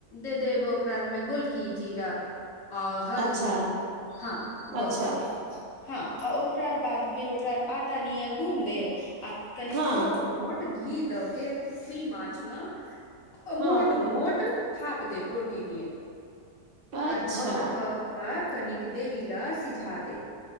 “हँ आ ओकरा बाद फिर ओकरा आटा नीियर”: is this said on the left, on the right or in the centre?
Left